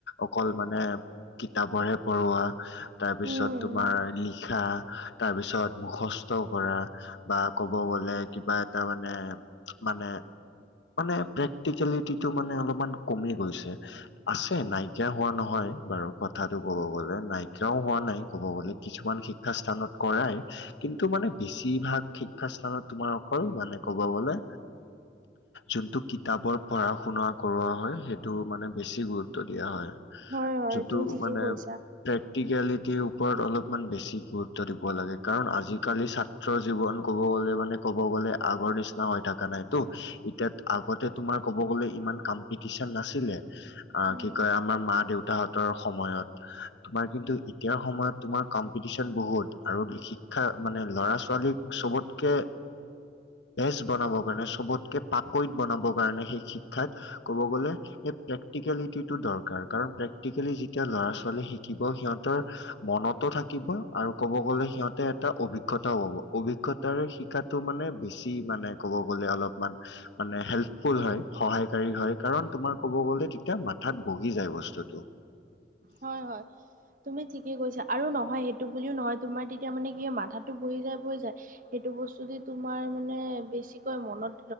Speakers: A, on the left; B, on the right.
A: অকল মানে কিতাপৰ হে পঢ়োৱা তাৰপিছত
B: উম
A: তোমাৰ
B: উম
A: লিখা, তাৰপিছত মুখ কষ্ট কৰা বা ক'ব গ'লে কিবা এটা মানে, মানে মানে প্ৰেক্টিকেলিটিটো মানে অলপমান কমি গৈছে, আছে নাইকিয়া হোৱা নহয়। বাৰু কথাতটো ক'ব গ'লে নাইকিয়াও হোৱা নাই ক'ব গ'লে, কিছুমান শিক্ষা স্থানত কৰাই। কিন্তু মানে বেছিভাগ শিক্ষা স্থানত তোমাৰ অকল মানে ক'ব গ'লে। যোনটো কিতাপৰ পঢ়া-শুনা কৰোৱা হয় সেইটো মানে বেছি গুৰুত্ব দিয়া হয়।
B: হয় হয়
A: যোনটো
B: তুমি ঠিকেই
A: মানে
B: কৈছা
A: প্ৰেক্টিকেলিটিৰ ও ওপৰত অলপমান বেছি গুৰুত্ব দিব লাগে, কাৰণ আজিকালি ছাত্ৰৰ জীৱন ক'ব গ'লে মানে ক'ব গ'লে লে আগৰ নিচিনা হৈ থকা নাই তো এতিয়া আগতে তোমাৰ ক'ব গলে ইমান কম্পিটিচন নাছিলে অ',
B: উম
A: কি কয় আমাৰ মা দেউতাহঁত সময়ত তোমাৰ কিন্তু এতিয়াৰ সময়ত তোমাৰ কম্পিটিচন বহুত আৰু শিক্ষা মানে ল'ৰা ছোৱালীক চবতকে বেজ বনাব কাৰণে চবতকে পাকৈত বনাবৰ কাৰণে সেই শিক্ষাত ক'ব গ'লে প্ৰেক্টিকেলিটিটো দৰকাৰ কাৰণ প্ৰ প্ৰেকক্টিকেলি যেতিয়া ল'ৰা ছোৱালী শিকিব সিহঁতৰ মনতো থাকিব আৰু ক'ব গ'লে সিহঁতে এটা অভিজ্ঞতাও হ'ব, অভিজ্ঞতাৰে শিকাটো মানে বেছি মানে ক'ব গ'লে অলপমান মানে হেল্পফুল হয় সহায়কাৰী হয় কাৰণ তোমাৰ ক'ব গ'লে তেতিয়া মাথাত বহি যায় বস্তুতটো।
B: হয় হয় তুমি ঠিকে কৈছা, আৰু নহয় সেইটো বুলিও নহয় তোমাৰ তেতিয়া মানে কি হয় মাথাাত বহি যায় বহি যায়, সেইটো বস্তু দি তোমাৰ মানে বেছি মনত